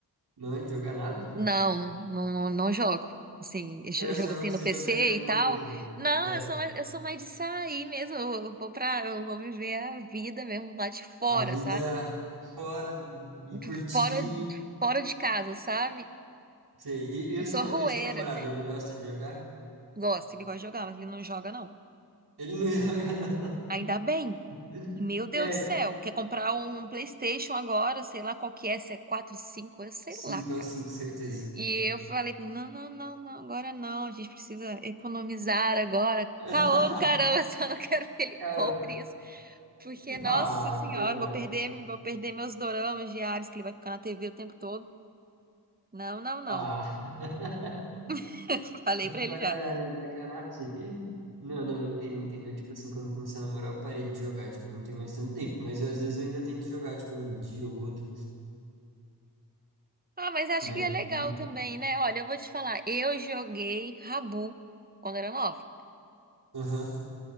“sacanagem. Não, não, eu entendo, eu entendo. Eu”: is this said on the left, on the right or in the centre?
Right